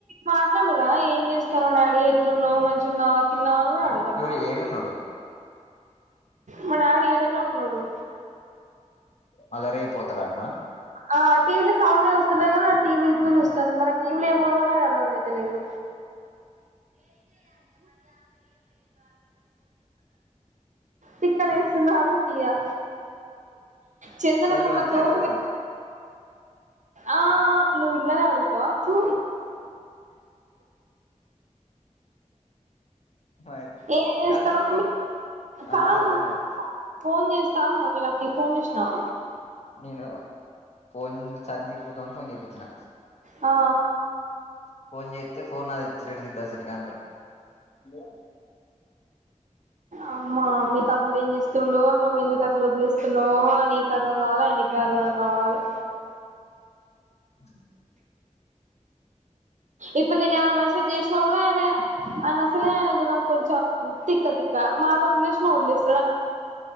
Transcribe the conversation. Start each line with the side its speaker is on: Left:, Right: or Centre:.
Right: మాట్లాడరా ఏం చేస్తాను డాడీ ఎట్లున్నావు మంచి జునా తిన ఎడ అడుకరా
Left: ఇప్పుడు ఏడున్నడు
Right: మా డాడీ ఈడనే వున్నాడు
Left: మలరే పోతురారునా
Right: ఆ టీవీలో సౌండ్ వస్తు కానీ టీవీ ఎక్కువ చూస్తంది మరి టీవీ ఏమూడో నాకు అర్థ అయితలేదు తిక్క లేస్తుంది కాబట్టి ఇయ్య చందనకున్నంత
Left: ఎవరికన్నా అచ్చినయా
Right: ఓపిక
Left: డబ్బులు
Right: ఆ నువ్వు ఇల్లానే అడుగుతావా తూ
Left: మరి
Right: ఏం చేస్తానో
Left: గంట ఇప్పుడు
Right: కాదు
Left: ఆ అర్ధం
Right: నువ్వు
Left: కాలే
Right: ఫోన్ చేస్తా అన్నావ్ మి లక్కీ కి ఫోన్ చేసినవా
Left: నేను ఫోన్ చాందిని <unintelligible> చేప్పించిన
Right: ఆ
Left: ఫోన్ చేత్తే ఫోన్ నాది ఎత్తి <unintelligible> సరిగా అంట హలో
Right: అమ్మా మీ తమ్ముడు ఏం చేస్తుండో నువ్వు ఎందుకు అట్ల వదిలిస్తున్నావో నీకు అర్థం కావాల ఆయనకి అర్థం కావాలి
Left: స
Right: ఇప్పు నేను ఏమన్నా మనసజ్ చేసిన కూడా అనా అయన అసలే గుణం కొంచెం తిక్క తిక్క మటావదిలేసిన వదిలేస్